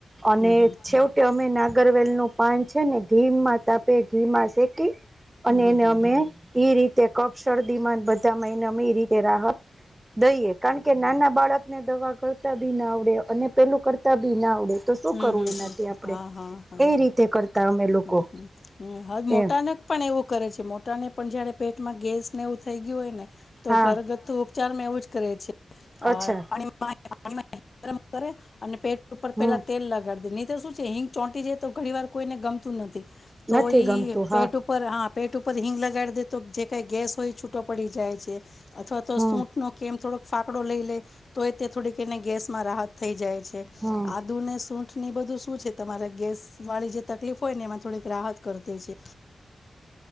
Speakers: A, on the right (about 20°); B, on the left (about 50°).
A: અને
B: હમ હમ
A: છેવટે અમે ના ગરવેલ નું પાન છે ને, ઘીમાં તાપે, ઘી માં શેકી અને
B: હમ હમ હમ હમ
A: એને
B: હમ હમ
A: અમે ઈ રીતે કફ શરદી માં બધામાં <unintelligible> અમે એ રીતે રાહત દઈએ. કારણ કે નાના બાળક ને દવા ગણતા બી ના આવડે, અને પેલું કરતા બી ના આવડે તો શું
B: હમ હમ
A: કરવું
B: હમ હમ
A: એનાથી આપણેે.
B: હા હા હા
A: એ રીતે કરતા અમે લોકો
B: હમ હમ હમ હા મોટાને
A: એમ.
B: પણ એવું કરે છે. મોટા ને પણ જયારે પેટમાં ગેસ ને એવું થઈ ગયું હોય ને, તો
A: હા
B: ઘરગથ્થુ ઉપચાર માં એવું જ કરે છે.
A: અચ્છા
B: પાણી ગરમ કરે અને પેટ ઉપર
A: હમ
B: પેલા લગાડ દે, નહીર શું છે હિંગ ચોંટી છે. તો ઘણી વાર કોઈને ગમતું નથી. તો
A: નથી
B: ઈ
A: ગમતું હા
B: પેટ ઉપર હા. પેટ ઉપર હિંગ લગાડી દે તો, જે કઈ ગેસ હોય છૂટો પડી જાય છે અથવા તો
A: હમ
B: સૂટ નો કેમ થોડોક ફાકડો લઈ લે તો એ તે થોડીક એને ગેસમાં રાહત થઈ જાય. છે
A: હમ
B: આ. સૂઠ ની બધું શું છે તમારે ગેસ વાળી જે તકલીફ હોય ને એમાં થોડીક રાહત કર દે છે.
A: <inaudible>